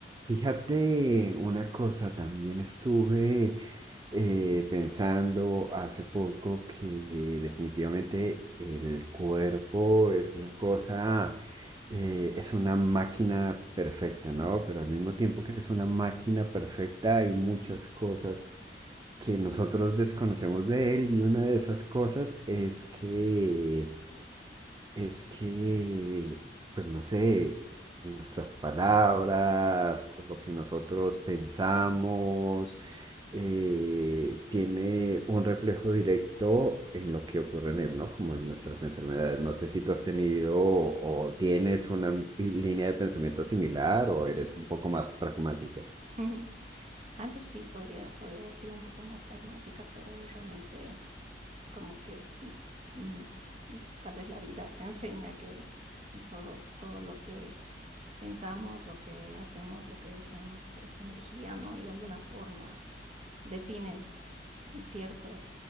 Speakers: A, on the right; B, on the right.
A: Fíjate una cosa, también estuve eh, pensando hace poco que definitivamente el cuerpo es una cosa, eh, es una máquina perfecta, ¿no? Pero al mismo tiempo que es una máquina perfecta hay muchas cosas que nosotros desconocemos de él y una de esas cosas es que es que, pues no sé, nuestras palabras o lo que nosotros pensamos eh, tiene un reflejo directo en lo que ocurre en él, ¿no? Como en nuestras enfermedades. No sé si tú has tenido o tienes una línea de pensamiento similar o eres un poco más pragmática.
B: Ujú. Antes sí podría, podría haber sido un poco más pragmática, pero realmente como que mm, mm, tal vez la vida te enseña que todo, todo lo que pensamos, lo que hacemos, lo que deseamos es energía, ¿no? Y de alguna forma definen ciertos